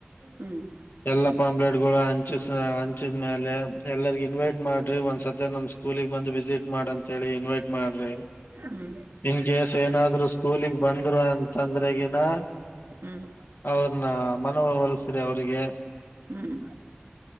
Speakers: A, on the right (about 75°); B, on the left (about 60°).
A: ಹ್ಮ್
B: ಎಲ್ಲಾ ಪಾಂಪ್ಲೇಟ್ಗಳು ಹಂಚಿಸ ಹಂಚಿದ್ಮೇಲೆ ಎಲ್ಲರಿಗು ಇನ್ವೈಟ್ ಮಾಡ್ರಿ ಒಂದ್ ಸತಿ ನಮ್ಮ್ ಸ್ಕೂಲಿಗೆ ಬಂದು ವಿಸಿಟ್ ಮಾಡಂತ ಅಂತೇಳಿ ಇನ್ವೈಟ್ ಮಾಡ್ರಿ
A: ಹ್ಮ್
B: ಇನ್ ಕೇಸ್ ಏನಾದ್ರು ಸ್ಕೂಲಿಗೆ ಬಂದ್ರು ಅಂತಂದ್ರೆ ಈಗನಾ
A: ಹ್ಮ್
B: ಅವ್ರನ್ನ ಮನವವಲಸ್ರಿ ಅವಿಗೆ
A: ಹ್ಮ್